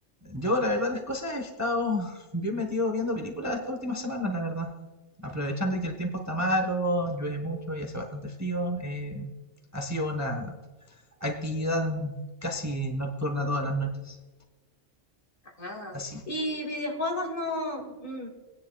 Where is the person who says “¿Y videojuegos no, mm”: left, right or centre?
Left